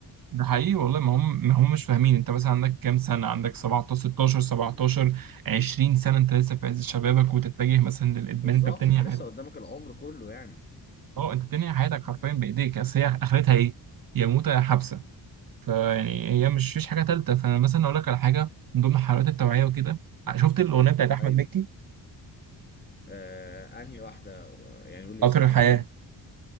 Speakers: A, on the right; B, on the left.
A: ده حقيقي والله ما هم ما هم مش فاهمين انت مثلا عندك كام سنة عندك 17 16 17 20 سنة انت لسه في عز شبابك وتتجه مثلا للادمان
B: بالظبط
A: انت بتنهي
B: انت لسه
A: حياتك
B: قدامك العمر كله يعني
A: اه انت بتنهي حياتك حرفيا بايديك اصل هي اخرتها ايه يا موتة يا حبسة فيعني هي مش فيش حاجه ثالثه فانا مثلا اقول لك على حاجه من ضمن حلقات التوعيه وكده شفت الاغنيه بتاعت احمد
B: ايوه
A: مكي
B: آه انهي واحده يعني قول لي
A: قطر
B: اسمها
A: الحياه
B: كده